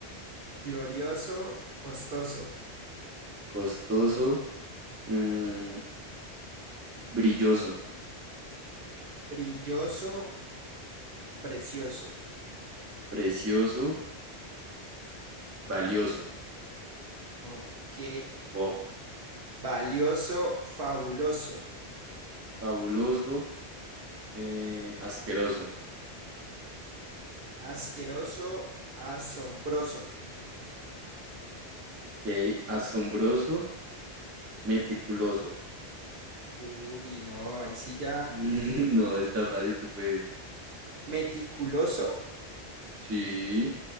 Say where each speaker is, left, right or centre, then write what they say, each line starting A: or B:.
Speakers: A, on the right (about 65°); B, on the right (about 20°).
A: glorioso, costoso,
B: Costoso, Mm, brilloso,
A: brilloso, precioso.
B: precioso, valioso,
A: Ok.
B: bof,
A: Valioso, fabuloso,
B: fabuloso, eh, asqueroso,
A: asqueroso, asombroso.
B: ok, asombroso, meticuloso.
A: Uy, no, ahí sí ya.
B: <laughs> No, está fácil, tú puedes.
A: Meticuloso,
B: Sí,